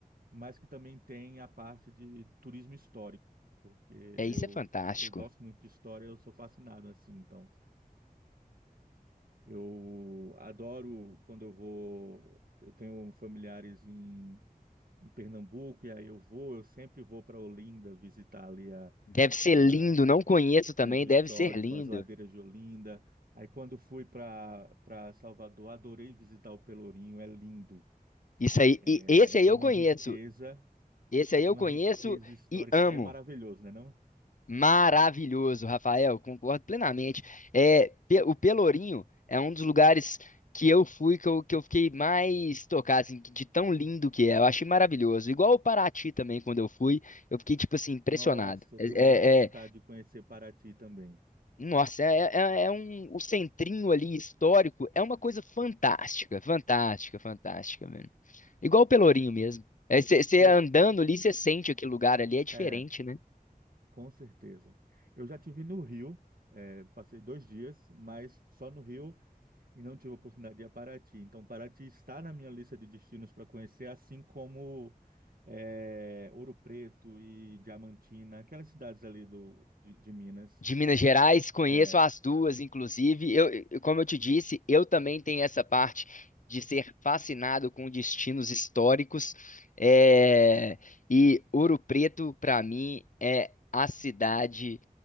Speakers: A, on the right; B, on the left.
A: mas que também tem a parte de turismo histórico, porque eu,
B: É, isso é fantástico.
A: eu gosto muito de história, eu sou fascinado assim. Então, eu adoro quando eu vou. Eu tenho familiares em, em Pernambuco, e aí eu vou, eu sempre vou para Olinda visitar ali a
B: Deve ser
A: a
B: lindo, não conheço
A: centro
B: também, deve
A: histórico,
B: ser lindo.
A: as ladeiras de Olinda. Aí quando fui para para Salvador, adorei visitar o Pelourinho, é lindo.
B: Isso aí,
A: É,
B: e esse
A: é é
B: aí
A: de
B: eu
A: uma
B: conheço,
A: riqueza,
B: esse
A: é
B: aí
A: de
B: eu
A: uma
B: conheço
A: riqueza histórica,
B: e amo.
A: é maravilhoso, né, não?
B: Maravilhoso, Rafael, concordo plenamente. É, Pe- o Pelourinho é um dos lugares que eu fui que eu, que eu fiquei mais tocado, assim, de tão lindo que é. Eu achei maravilhoso. Igual o Paraty também, quando eu fui, eu fiquei, tipo assim, impressionado.
A: Nossa, eu
B: É,
A: tenho
B: é-
A: muita vontade
B: é-
A: de conhecer Paraty também.
B: nossa, é, é- é um, o centrinho ali histórico é uma coisa fantástica, fantástica, fantástica, velho. Igual o Pelourinho mesmo. Você
A: Eu,
B: andando ali, você sente aquele lugar ali, é diferente,
A: é,
B: né?
A: com certeza. Eu já tive no Rio, é, passei dois dias, mas só no Rio e não tive oportunidade de ir a Paraty. Então, Paraty está na minha lista de destinos para conhecer, assim como é, Ouro Preto e Diamantina, aquelas cidades ali do, de, de Minas.
B: de Minas Gerais, conheço
A: É,
B: as duas, inclusive. Eu, eu- como eu te disse, eu também tenho essa parte de ser fascinado com destinos históricos. É, e Ouro Preto, para mim, é a cidade.